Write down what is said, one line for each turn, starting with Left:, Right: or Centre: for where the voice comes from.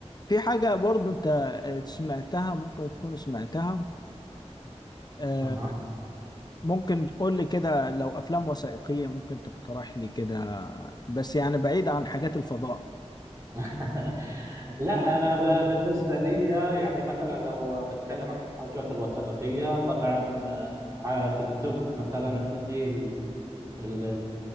Left: في حاجة برضو انت آه، سمعتها ممكن تكون سمعتها آه،
Right: اها
Left: ممكن تقول لي كده لو افلام وثائقية ممكن تقترح لي كده بس يعني بعيد عن حاجات الفضاء
Right: <laughs> لا انا ب- بالنسبه لي يعني مثلا لو بتكلم عن الحاجات الوثائقيه طبعا آه، ع- بالتوب مثلا عندي ال- ال-